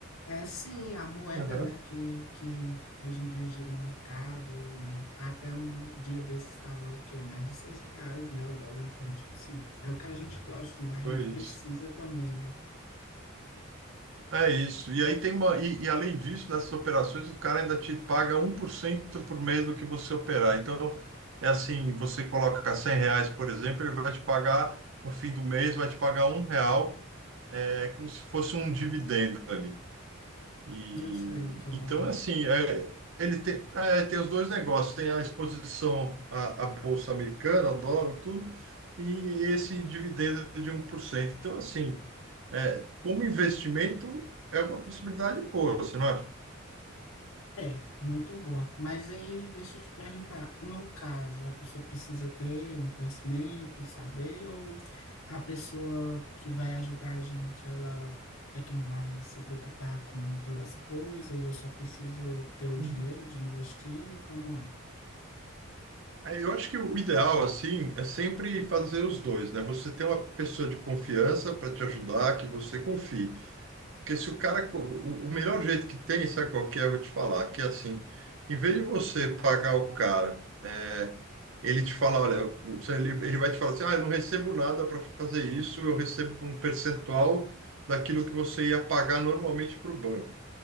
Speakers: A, on the left; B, on the right.
A: é sim, a moeda,
B: Aham.
A: né, que, que hoje em dia gira o mercado, né? Até um dia desses estava o quê? Mais de seis reais, né, o dólar. Então, tipo assim, é o que a gente gosta, né? A gente
B: Foi
A: precisa
B: isso.
A: também, né?
B: É isso. E aí tem uma. E, e além disso, nessas operações, o cara ainda te paga um por cento por mês do que você operar. Então, é assim, você coloca 100 reais, por exemplo, ele vai te pagar, no fim do mês, vai te pagar um real, é como se fosse um dividendo ali. E,
A: Eu sei como
B: então,
A: é.
B: assim, é, ele tem, é, tem os dois negócios, tem a exposição à, à Bolsa Americana, ao dólar, tudo, e esse dividendo de um por cento Então, assim, é, como investimento, é uma possibilidade boa, você não acha?
A: É, muito boa. Mas aí, deixa eu te perguntar, no caso, a pessoa precisa ter um conhecimento, saber, ou a pessoa que vai ajudar a gente, ela é quem vai se preocupar com toda essa coisa e eu só preciso ter o
B: Hum.
A: dinheiro de investir? Como é?
B: É, Eu acho que o ideal, assim, é sempre fazer os dois, né? Você tem uma pessoa de confiança para te ajudar, que você confie. Porque se o cara. O o melhor jeito que tem, sabe qual que é? Eu vou te falar, que é assim, em vez de você pagar o cara, é, ele te fala, olha, você- ele, ele vai te falar assim, ah, eu não recebo nada para fazer isso, eu recebo um percentual daquilo que você ia pagar normalmente para o banco.